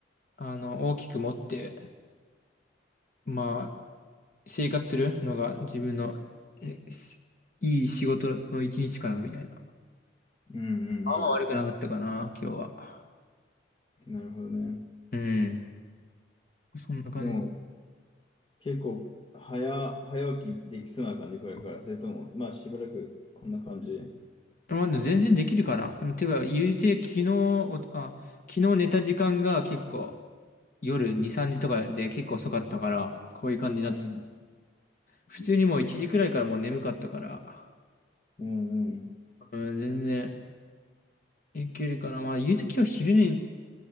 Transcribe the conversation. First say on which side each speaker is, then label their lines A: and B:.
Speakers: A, on the left; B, on the left.
A: あの、大きく持って、まあ生活するのが自分の、えしいい仕事の一日かなみたいな。
B: うんうん
A: あんま悪くなかったかな、今日は。
B: うん。なるほどね。
A: うん。そんな感じ。
B: でも、結構、早、早起きできそうな感じこれから、それとも、まあ、しばらくこんな感じ。う
A: まあ、でも全然できるかな。でも、てか、言うて、昨日、おあ、昨日寝た時間が結構夜2、3時とかで結構遅かったから、こういう感じになった。
B: ん。
A: 普通にもう1時くらいからもう眠かったから、
B: うんうん。
A: うん、全然いけるかな。まあ、言うて今日昼に、